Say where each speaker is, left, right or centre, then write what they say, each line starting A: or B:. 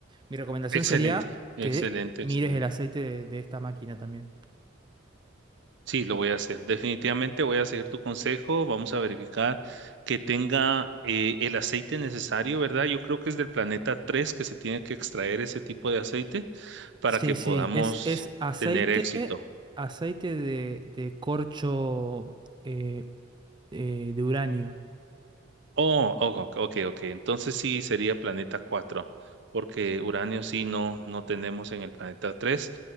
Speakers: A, on the right; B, on the right.
A: Mi recomendación
B: Excelente,
A: sería
B: excelente,
A: que mires
B: excelente.
A: el aceite de, de esta máquina también.
B: Sí, lo voy a hacer. Definitivamente voy a seguir tu consejo. Vamos a verificar que tenga eh, el aceite necesario, ¿verdad? Yo creo que es del planeta 3 que se tiene que extraer ese tipo de aceite para
A: Sí,
B: que podamos
A: sí, es, es aceite,
B: tener éxito.
A: aceite de, de corcho eh, eh, de uranio.
B: Oh, oh, ok, ok. ok. Entonces sí sería planeta 4 porque uranio sí no, no tenemos en el planeta 3,